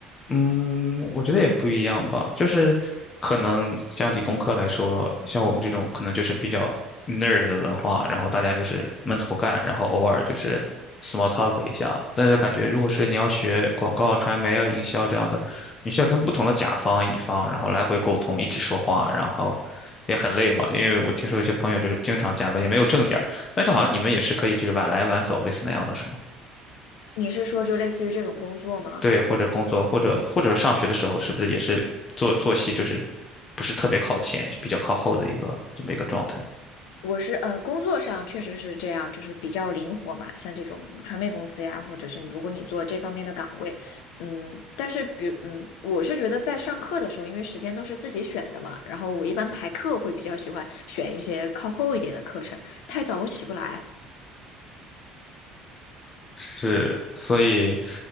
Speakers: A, on the left; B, on the left.
A: 嗯，我觉得也不一样吧，就是可能像理工科来说，像我们这种可能就是比较 nerd 的文化，然后大家就是闷头干，然后偶尔就是 small talk 一下。但是感觉如果是你要学广告、传媒啊、营销这样的，你需要跟不同的甲方、乙方，然后来回沟通，一直说话，然后也很累嘛。
B: 是，
A: 因为我听说有些朋友就是经常加班，也没有正点儿，但是好像你们也是可以就是晚来晚走，类似那样的，是吗？
B: 你是说就类似于这种工作吗？
A: 对，或者工作，或者或者上学的时候，是不是也是作作息就是不是特别靠前，就比较靠后的一个这么一个状态？
B: 我是呃，工作上确实是这样，就是比较灵活嘛，像这种传媒公司呀，或者是你如果你做这方面的岗位，嗯，但是比嗯，我是觉得在上课的时候，因为时间都是自己选的嘛，然后我一般排课会比较喜欢选一些靠后一点的课程，太早我起不来。
A: 是，所以，